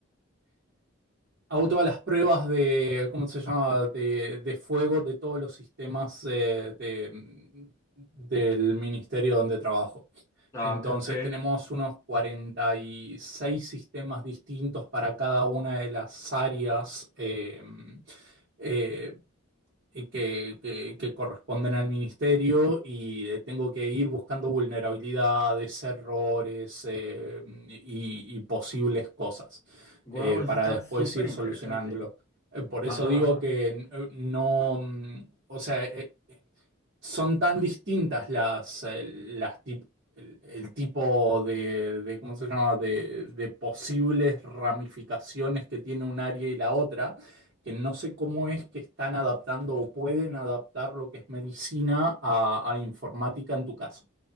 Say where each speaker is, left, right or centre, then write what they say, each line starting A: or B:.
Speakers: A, on the right; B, on the left.
A: hago todas las pruebas de, ¿cómo se llama?, de, de fuego de todos los sistemas eh, de- del ministerio donde trabajo.
B: Ah,
A: Entonces
B: ok, ok.
A: tenemos unos 46 sistemas distintos para cada una de las áreas eh, eh, y que, que- que corresponden al ministerio y eh, tengo que ir buscando vulnerabilidades, errores eh, y, y posibles cosas
B: Guau,
A: eh,
B: eso
A: para
B: está
A: después
B: súper
A: ir
B: interesante.
A: solucionándolo. Eh, por eso
B: Ajá,
A: digo
B: ajá.
A: que eh, no, mm, o sea, eh, son tan distintas las, eh, las, ti- el, el tipo de, de- ¿cómo se llama?, de, de posibles ramificaciones que tiene un área y la otra, que no sé cómo es que están adaptando o pueden adaptar lo que es medicina a, a informática en tu caso.